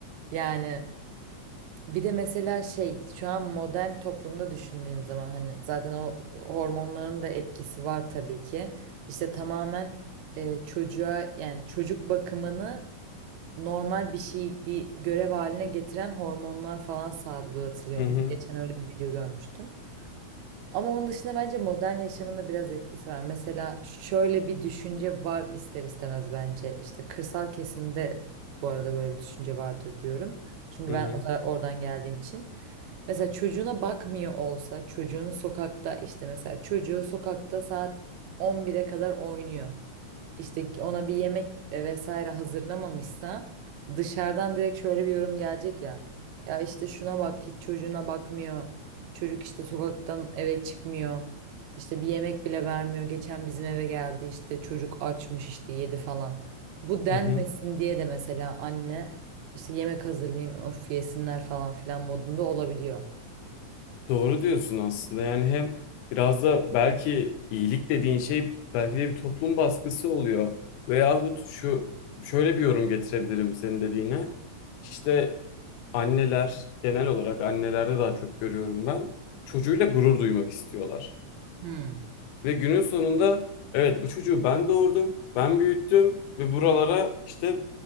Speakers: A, on the right (about 75°); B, on the left (about 85°).
A: Yani Bir de mesela şey şu an modern toplumda düşündüğün zaman hani zaten o hormonların da etkisi var tabii ki. İşte tamamen e, çocuğa yani çocuk bakımını normal bir şey bir görev haline getiren hormonlar falan salgılatılıyormuş.
B: Hı hı,
A: Geçen öyle bir video görmüştüm. Ama onun dışında bence modern yaşamında biraz etkisi var. Mesela şöyle bir düşünce var ister istemez bence. İşte kırsal kesimde bu arada böyle bir düşünce vardır diyorum. Çünkü
B: hı
A: ben
B: hı,
A: o tara- oradan geldiğim için. Mesela çocuğuna bakmıyor olsa, çocuğunu sokakta işte mesela çocuğu sokakta saat 11'e kadar oynuyor işte ona bir yemek e, vesaire hazırlamamışsa dışarıdan direkt şöyle bir yorum gelecek ya. Ya işte şuna bak hiç çocuğuna bakmıyor. Çocuk işte sokaktan eve çıkmıyor. İşte bir yemek bile vermiyor. Geçen bizim eve geldi işte çocuk açmış işte yedi falan. Bu denmesin
B: hı hı.
A: diye de mesela anne işte yemek hazırlayayım öf yesinler falan filan modunda olabiliyor.
B: Doğru diyorsun aslında. Yani hem biraz da belki iyilik dediğin şey belki de bir toplum baskısı oluyor. Veyahut şu şöyle bir yorum getirebilirim senin dediğine. İşte anneler, genel olarak annelerde daha çok görüyorum ben. Çocuğuyla gurur duymak istiyorlar.
A: Hmm.
B: Ve günün sonunda evet bu çocuğu ben doğurdum, ben büyüttüm ve buralara işte